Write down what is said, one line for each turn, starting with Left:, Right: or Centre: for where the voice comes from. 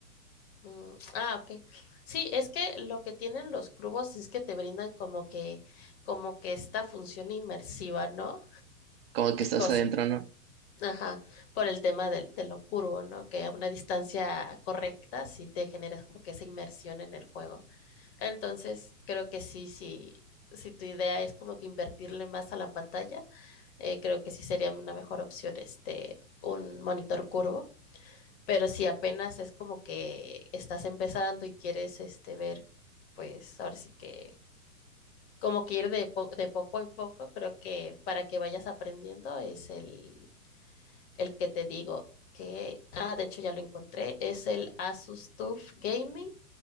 Left: Mm, ah, ok. Sí, es que lo que tienen los cubos es que te brindan como que, como que esta función inmersiva, ¿no?
Right: Como que estás
Left: Cosa-
Right: adentro, ¿no?
Left: ajá, por el tema del- de, lo curvo, ¿no? Que a una distancia correcta sí te generas como que esa inmersión en el juego. Entonces, creo que sí, sí, si tu idea es como que invertirle más a la pantalla, eh, creo que sí sería una mejor opción este, un monitor curvo pero si apenas es como que estás empezando y quieres este ver, pues ahora sí que como que ir de, po- de poco en poco, creo que para que vayas aprendiendo es el, el que te digo que, ah, de hecho ya lo encontré, es el Asus TUF Gaming